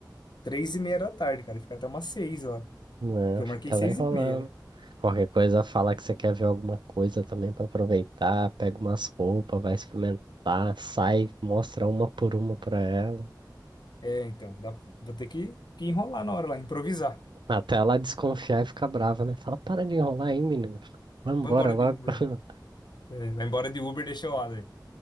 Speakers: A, on the left (about 70°); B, on the right (about 80°).
A: três e meia da tarde, cara. E Ficar até umas seis, ó.
B: Não, é?
A: Que eu
B: fica
A: marquei seis
B: lá enrolando.
A: e meia, né?
B: Qualquer coisa, fala que você quer ver alguma coisa também pra aproveitar. Pega umas roupas, vai experimentar, sai, mostra uma por uma pra ela.
A: É, então. Dá, vou ter que, que enrolar na hora lá, improvisar.
B: Até ela desconfiar e ficar brava, né? Fala, para de enrolar aí, menino. Vamos
A: Vou
B: embora
A: embora
B: logo.
A: de Uber.
B: <laughs>
A: É, vai embora de Uber, deixa eu lá, daí.